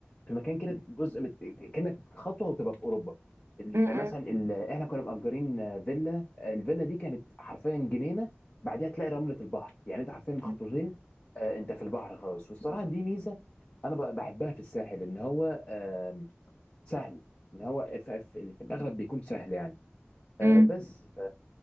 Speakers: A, on the left; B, on the right.
A: في مكان كده جزء مت... كانك خطوه وتبقى في اوروبا ال-
B: م-
A: مثلا ال... احنا كنا مأجرين آه، فيلا آه، الفيلا دي كانت حرفيا جنينه بعدها تلاقي رمله البحر يعني انت حرفيا خطوتين
B: م-
A: آه، انت في البحر خلاص والصراحه دي ميزه انا ب- بحبها في الساحل ان هو آم، سهل ان هو ف- في, في الاغلب بيكون سهل يعني آه،
B: م-
A: بس ف